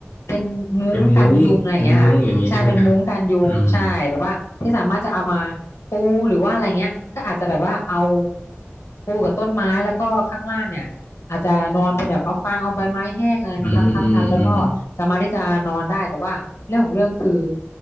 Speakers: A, on the left; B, on the left.
A: เป็นมุ้งกันยุงอะไรอย่างเงี้ยค่ะใช่เป็นมุ้งกันยุงใช่แบบว่าที่สามารถจะเอามา
B: เป็นมุ้งเป็นมุ้งอย่างนี้ใช่ไหมครับอืม
A: ปูหรือว่าอะไรเงี้ยก็อาจจะแบบว่าเอาปูกับต้นไม้แล้วก็ข้างล่างเนี่ย อาจจะนอนเป็นแบบเอาฟางเอาใบไม้แห้งอะไรมาทับทับกันแล้วก็สามารถที่จะนอนได้แต่ว่าเรื่องของเรื่องคือ
B: อืมอืมอืม